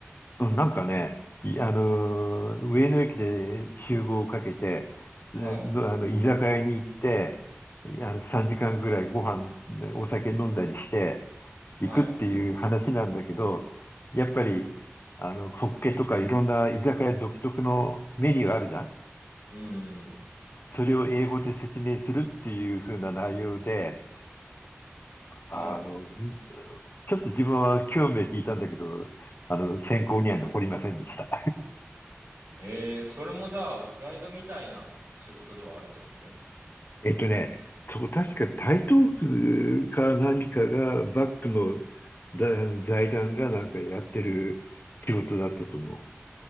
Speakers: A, on the left; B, on the right.
A: うん、なんかね、いあのー、上野駅で集合をかけて、
B: はい。
A: えーあの、居酒屋に行って、いあの、3時間ぐらいご飯、お酒飲んだりして
B: はい。
A: 行くっていう話なんだけど、やっぱり、あの、ホッケとかいろんな居酒屋独特のメニューあるじゃん
B: うん。
A: それを英語で説明するっていう風な内容で、あの、
B: は
A: ちょっと自分は興味を引いたんだけど、あの、選考には残りませんでした。
B: い。へえ、それもじゃあガイドみたいな仕事ではあるんですかね。
A: えっとね、そこ確か台東区か何かがバックのだ財団がなんかやってる仕事だったと思